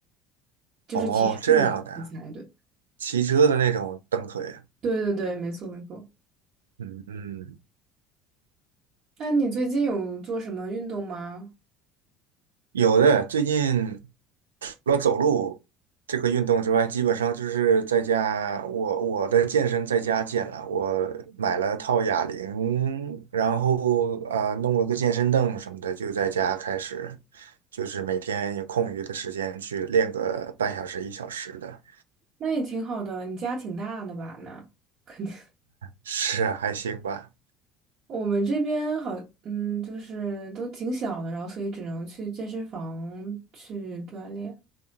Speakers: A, on the right; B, on the right.
A: 就是骑车的题材的。
B: 哦，这样的啊，骑车的那种蹬腿。
A: 对对对，没错没错。
B: 嗯嗯，
A: 那你最近有做什么运动吗？
B: 有的，最近除了走路这个运动之外，基本上就是在家，我我的健身在家健了。我买了套哑铃，然后呃弄了个健身凳什么的，就在家开始，就是每天有空余的时间去练个半小时一小时的，
A: 那也挺好的，你家挺大的吧？那肯定，
B: 是啊还行吧。
A: <laughs> 我们这边好，嗯，就是都挺小的，然后所以只能去健身房去锻炼，